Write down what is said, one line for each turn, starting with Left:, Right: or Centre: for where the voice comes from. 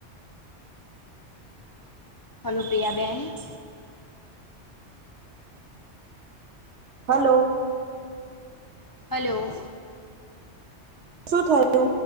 Left: હલો પિયા બેન્ડ?
Right: હલો?
Left: હલો?
Right: શું થયુ?